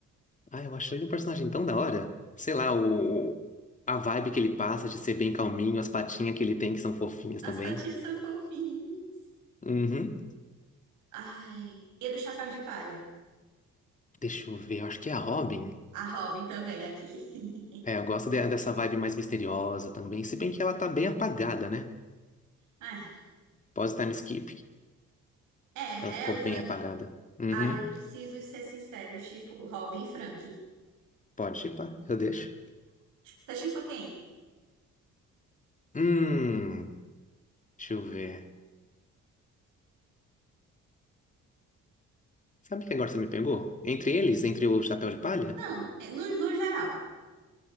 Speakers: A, on the left; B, on the right.
A: Ah, eu achei ele um personagem tão da hora. Sei lá, o... A vibe que ele passa de ser bem calminho, as patinhas que ele tem que são fofinhas
B: As
A: também.
B: patinhas são fofinhas.
A: Uhum.
B: Ai, e do Chapéu de Palha.
A: Deixa eu ver, eu acho que é a Robin.
B: A Robin também aqui. <laughs>
A: É, eu gosto de- dessa vibe mais misteriosa também, se bem que ela tá bem apagada, né?
B: Ah,
A: Pós-time skip,
B: é,
A: ela ficou
B: ela, o
A: bem
B: Frank.
A: apagada. Uhum,
B: Ai, eu preciso ser sincero, eu shippo Robin e Frank.
A: pode chipar, eu deixo.
B: Você shippa quem?
A: Hum, deixa eu ver. Sabe o que agora você me pegou? Entre eles, entre o Chapéu de Palha?
B: Não, no, no geral.